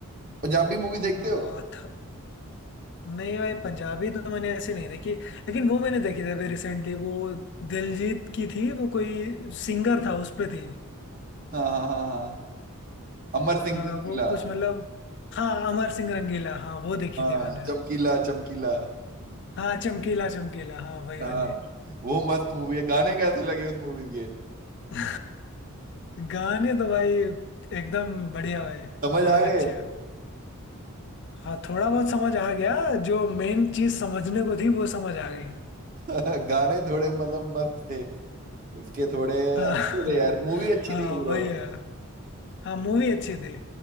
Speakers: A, on the right; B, on the left.
A: पंजाबी मूवी देखते
B: आ,
A: हो
B: थ, नहीं भाई पंजाबी तो मैंने ऐसे नहीं देखी लेकिन वो मैंने देखी थी अभी रिसेंटली वो दिलजीत की थी वो कोई सिंगर था उस पे थी
A: हाँ हाँ हाँ हाँ अमर सिंह
B: हाँ
A: चमकीला
B: वो कुछ मतलब हाँ अमर सिंह रंगीला हाँ वो देखी
A: हाँ
B: थी मैंने
A: चमकीला चमकीला
B: हाँ चमकीला चमकीला हाँ वही
A: हाँ
B: वाली
A: वो मस्त मूवी है गाने कैसे लगे उस मूवी के
B: <laughs> गाने तो भाई एकदम बढ़िया भाई
A: समझ
B: बहुत
A: आ गए
B: अच्छे हाँ थोड़ा बहुत समझ आ गया जो मेन चीज समझने को थी वो समझ आ गई
A: <laughs> गाने थोड़े मतलब मस्त थे उसके थोड़े
B: हाँ
A: अच्छे
B: हाँ
A: थे यार मूवी अच्छी
B: हाँ
A: थी ओवरऑल
B: वही है हाँ मूवी अच्छी थी